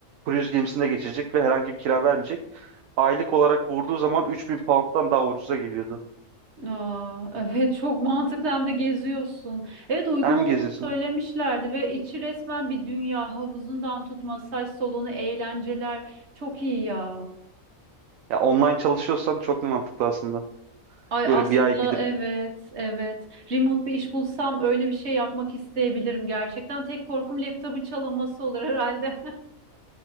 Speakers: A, on the right (about 75°); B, on the right (about 55°).
A: Cruise gemisinde geçirecek ve herhangi bir kira vermeyecek. Aylık olarak vurduğu zaman 3000 pound'dan daha ucuza geliyordu.
B: Aa, <laughs> evet çok mantıklı hem de geziyorsun. Evet uygun
A: Hem
B: olduğunu
A: geziyorsun.
B: söylemişlerdi ve içi resmen bir dünya havuzundan tut masaj salonu eğlenceler çok iyi ya.
A: Ya online çalışıyorsan çok mantıklı aslında.
B: Ay
A: Böyle
B: aslında
A: bir ay gidip
B: evet evet remote bir iş bulsam öyle bir şey yapmak isteyebilirim gerçekten. Tek korkum laptopun çalınması olur herhalde.